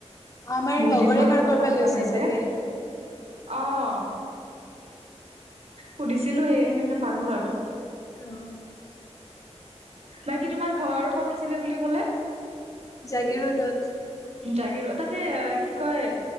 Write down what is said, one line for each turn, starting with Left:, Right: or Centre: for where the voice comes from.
Left: আমাৰ
Right: বহুত
Left: লগৰে
Right: দিন হ'ল
Left: কাৰোবাৰ
Right: কথা
Left: পৰা
Right: পতা
Left: লৈছা
Right: নাই
Left: চাগে
Right: যে, অহ। সুধিছিলো সেয়ে সেনেকে পালো আৰু।
Left: অ'
Right: বাকী তোমাৰ ঘৰ ক'ত আছিলে বুলি ক'লে।
Left: জাগিৰোডত।
Right: জাগীৰোড তাতে কি কয়